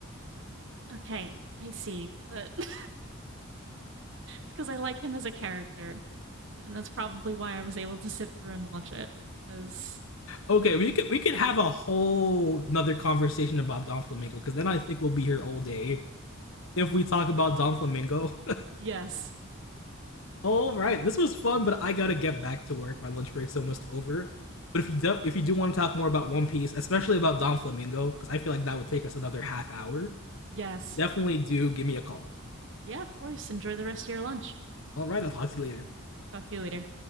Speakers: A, on the right; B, on the left.
A: okay, I see, but <laughs> it's because I like him as a character, and that's probably why I was able to sit through and watch it. Because,
B: Okay, we could we could have a whole another conversation about Don Flamingo because then I think we'll be here all day if we talk about Don Flamingo.
A: yes,
B: <laughs> all right, this was fun, but I gotta get back to work. My lunch break's almost over. But if you do, if you do want to talk more about One Piece, especially about Don Flamingo, because I feel like that would take us another half hour
A: yes,
B: definitely do give me a call.
A: yeah, of course, enjoy the rest of your lunch.
B: All right, I'll talk to you later.
A: Talk to you later.